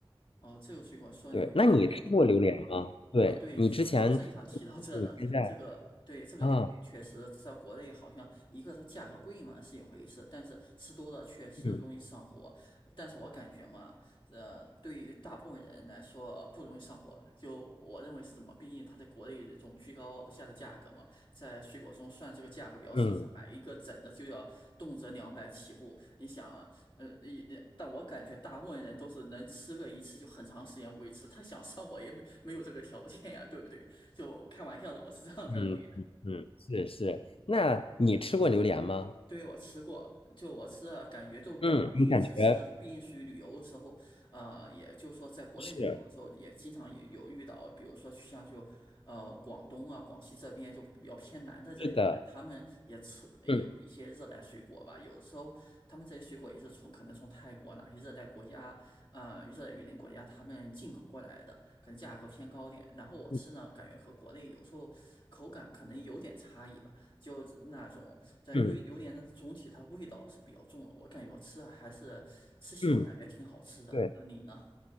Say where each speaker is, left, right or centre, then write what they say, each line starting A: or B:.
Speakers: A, on the left; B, on the left.
A: 哦，这个水果说榴莲，
B: 对。那你吃过榴莲吗？
A: 对，
B: 对，
A: 呃，对，
B: 你之前，
A: 你说这，我正想提到这呢。
B: 你现在
A: 这个，对，这个榴莲确实在国内好像一个它价格贵嘛是一回事，
B: 啊，
A: 但是吃多了确实容易上火。
B: 嗯
A: 但是我感觉嘛，呃，对于大部分人来说不容易上火，就我认为是怎么？毕竟它在国内这种居高不下的价格嘛，在水果中算这个价格比较奢侈，
B: 嗯
A: 买一个整的就要动辄两百起步。你想。呃，也也但我感觉大部分人都是能吃个一次就很长时间维持，他想上火也没没有这个条件呀，对不对？就开玩笑的，我是这样认为。
B: 嗯嗯嗯，是是。那你吃过榴莲吗？
A: 对，我吃过，就我吃了，感觉就刚第一次吃的，
B: 嗯，你感觉
A: 毕竟属于旅游的时候，呃，也就是说在国内旅游的时候，
B: 是
A: 也经常也有遇到，比如说像就呃广东啊、广西这边就比较偏南的这地带，
B: 是的，
A: 他们也吃有一些热带水果吧，
B: 嗯
A: 有的时候他们这些水果也是从可能从泰国哪些热带国家，呃，热带雨林国家他们进口过来的，可能价格偏高点，然后我吃呢，
B: 嗯
A: 感觉和国内有时候口感可能有点差异吧。就是那种，但因为榴莲的总体它味道是比较重的，
B: 嗯
A: 我感觉我吃的还是吃习惯，
B: 嗯，
A: 感觉挺好吃的。
B: 对。
A: 那你呢？